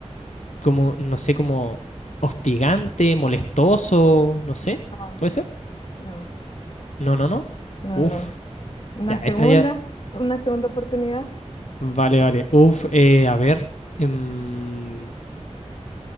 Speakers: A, on the left (about 75°); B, on the left (about 50°).
A: como, no sé, como hostigante, molestoso, no sé.
B: No,
A: ¿Puede ser?
B: no,
A: No, no, no.
B: no,
A: Uf,
B: no. Una
A: ya,
B: segunda,
A: esta ya.
B: una segunda oportunidad,
A: Vale, vale. Uf, eh, a ver. em,